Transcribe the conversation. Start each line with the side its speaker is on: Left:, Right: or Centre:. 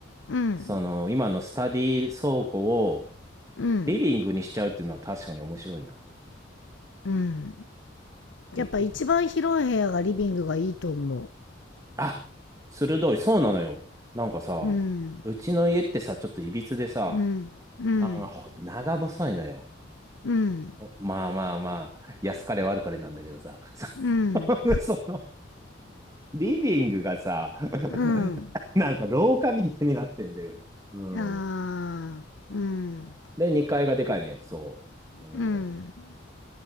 Left: うん
Right: その、今のスタディ倉庫を
Left: うん
Right: リビングにしちゃうっていうのは確かに面白いな。
Left: うん
Right: でき、
Left: やっぱ一番広い部屋がリビングがいいと思
Right: あ、鋭い、そうなのよ。なんかさ、
Left: ううん
Right: うちの家ってさ、ちょっといびつでさ、
Left: うんうん
Right: なんかほ長細いのよ。
Left: うん
Right: おまあまあまあ、安かれ悪かれなんだけどさ、そ
Left: うん
Right: <laughs> その、リビングがさ、<laughs>
Left: うん
Right: なんか廊下みたいになってんだよね。うん。
Left: あーうん
Right: で、2階がでかいのよ、そう。うん
Left: うん